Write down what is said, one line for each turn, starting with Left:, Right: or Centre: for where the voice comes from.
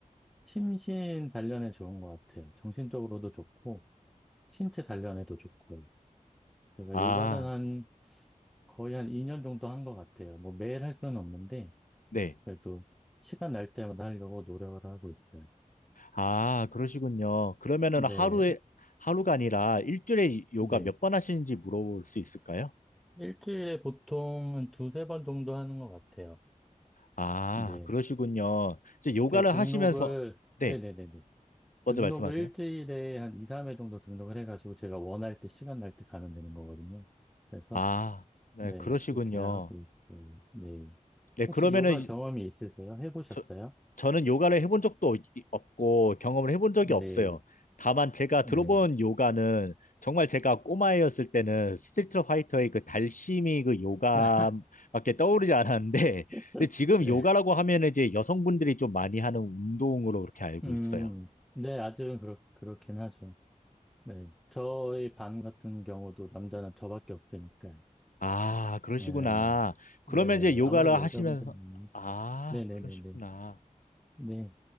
Centre: 심신 단련에 좋은 것 같아요. 정신적으로도 좋고, 신체 단련에도 좋고요. 제가
Left: 아,
Centre: 요가를 한 거의 한 2년 정도 한 것 같아요. 뭐 매일 할 수는 없는데
Left: 네.
Centre: 그래도 시간 날 때마다 하려고 노력을 하고 있어요.
Left: 아, 그러시군요. 그러면은
Centre: 네,
Left: 하루에, 하루가 아니라 일주일에 요가
Centre: 네.
Left: 몇 번 하시는지 물어볼 수 있을까요?
Centre: 일주일에 보통 한 두세 번 정도 하는 것 같아요.
Left: 아,
Centre: 네.
Left: 그러시군요. 이제 요가를
Centre: 그 등록을
Left: 하시면서, 네,
Centre: 네네네네.
Left: 먼저
Centre: 등록을
Left: 말씀하세요.
Centre: 일주일에 한 2, 3회 정도 등록을 해가지고 제가 원할 때 시간 날 때 가면 되는 거거든요. 그래서
Left: 아, 네,
Centre: 네,
Left: 그러시군요.
Centre: 그렇게 하고 있어요. 네.
Left: 네,
Centre: 혹시
Left: 그러면은
Centre: 요가
Left: 이-
Centre: 경험이 있으세요? 해보셨어요?
Left: 저, 저는 요가를 해본 적도 이- 없고 경험을 해본 적이
Centre: 네.
Left: 없어요. 다만 제가
Centre: 네.
Left: 들어본 요가는 정말 제가 꼬마였을 때는 스트리트 파이터의 그 달심이 그 요가밖에
Centre: <laughs>
Left: 떠오르지 않았는데, <laughs>
Centre: <laughs>
Left: 근데 지금
Centre: 네.
Left: 요가라고 하면 이제 여성분들이 좀 많이 하는 운동으로 그렇게 알고
Centre: 음,
Left: 있어요.
Centre: 네, 아직은 그렇, 그렇긴 하죠. 네. 저희 반 같은 경우도 남자는 저밖에 없으니까요.
Left: 아, 그러시구나.
Centre: 네.
Left: 그러면
Centre: 네네네.
Left: 이제 요가를
Centre: 아무래도 여자분들이
Left: 하시면서,
Centre: 많이
Left: 아,
Centre: 네네네네.
Left: 그러시구나.
Centre: 네.